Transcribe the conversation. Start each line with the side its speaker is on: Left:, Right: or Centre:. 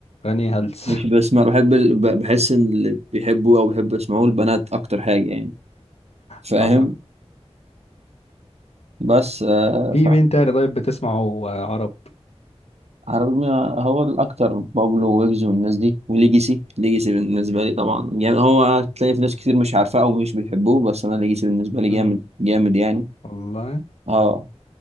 Left: اغاني هلس
Right: مش
Left: <laughs>
Right: بسمع بحب ال- ب- بحس إن اللي بيحبوه أو بيحبوا يسمعوه البنات أكتر حاجة يعني فاهم
Left: حصل
Right: بس آه
Left: في مين تاني طيب بتسمعه آه، عرب
Right: فعربي ما- هو الأكتر بابلو ويجز والناس دي وليجيسي ليجيسي بالنسبة لي طبعا جامد هو هتلاقي في ناس كتير مش عارفاه أو مش بيحبوه بس أنا ليجيسي بالنسبة لي جامد
Left: مم.
Right: جامد يعني
Left: والله
Right: أه